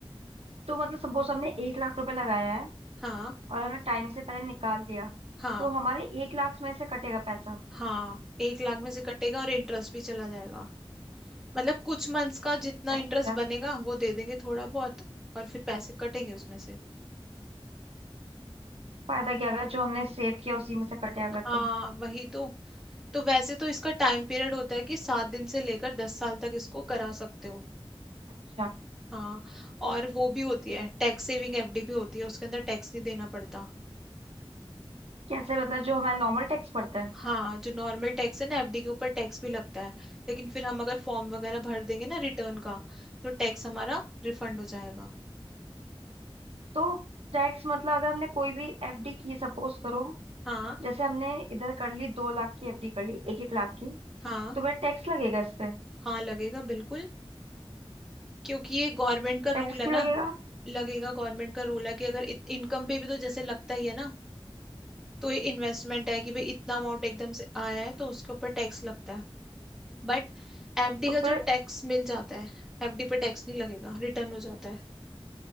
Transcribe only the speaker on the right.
तो मतलब सपोज हमने एक लाख रुपए लगाया है
और हमने टाइम से पहले निकाल लिया
तो हमारे एक लाख में से कटेगा पैसा
क्या
फायदा
फायदा क्या अगर जो हमने सेव किया उसी में से कटे अगर
तो
अच्छा
कैसे मतलब जो हमारा नॉर्मल टैक्स पड़ता है
तो टैक्स मतलब अगर हमने कोई भी एफडी की सपोज करो
जैसे हमने इधर कर ली दो लाख की एफडी कर ली एक एक लाख की
तो फिर टैक्स लगेगा इस पे
टैक्स
क्यों
लगेगा
तो
फिर